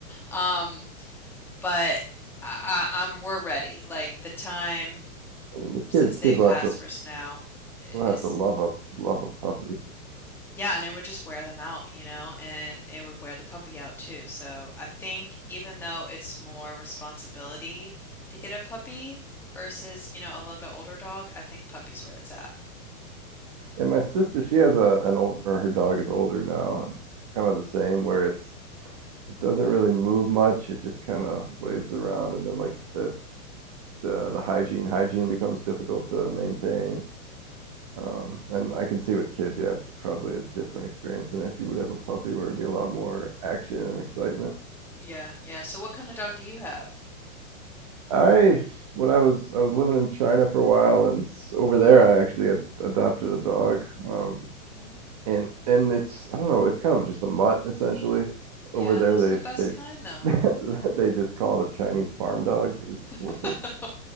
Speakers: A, in the centre; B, on the right.
A: Um, but I, I, am we're ready. Like the time
B: And the
A: since
B: kids,
A: they
B: kids
A: passed
B: will have to
A: first now is
B: will have to love a love a puppy.
A: yeah, and it would just wear them out, you know, and it would wear the puppy out too. So I think even though it's more responsibility to get a puppy versus, you know, a little bit older dog, I think puppy's where it's at.
B: And my sister, she has a an old or her dog is older now and kind of the same where it's It doesn't really move much. It just kinda lays around, and then,
A: Hmm.
B: like you said, the the hygiene hygiene becomes difficult to maintain, um, and I can see with kids, yeah, it's probably a different experience than if you would have a puppy where it'd be a lot more action and excitement.
A: Yeah, yeah. So what kind of dog do you have?
B: I when I was I was living in China for a while, and s over there, I actually ad adopted a dog, um,
A: Hmm.
B: and and it's I don't know, it's kind of just a mutt, essentially.
A: Yeah,
B: Over there,
A: those
B: they
A: are the best
B: they
A: kind though.
B: <laughs> they just call it a Chinese farm dog is what
A: <laughs>
B: the